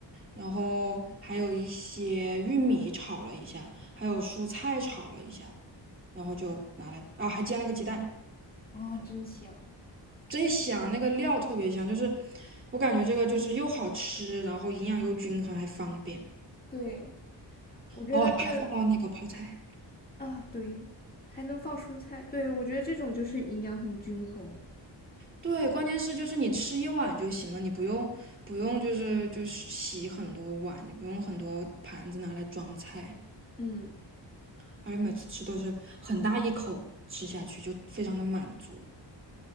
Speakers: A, on the right; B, on the left.
A: 然后还有一些玉米炒了一下，还有蔬菜炒了一下，然后就拿来，啊，还煎了个鸡蛋，
B: 哦，真香！
A: 真香，那个料特别香，就是我感觉这个就是又好吃，然后营养又均衡，还方便，
B: 对，我觉得是
A: 哦，还放了那个泡菜。
B: 啊，对，还能放蔬菜，对，我觉得这种就是营养很均衡。
A: 对，关键是就是你吃一碗就行了，你不用不用就是就是洗很多碗，你不用很多盘子拿来装菜，
B: 嗯，
A: 而且每次吃都是很大一口吃下去，就非常的满足。